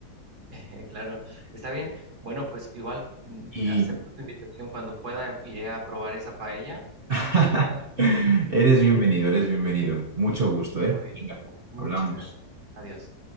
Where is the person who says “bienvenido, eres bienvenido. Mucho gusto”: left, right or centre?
Right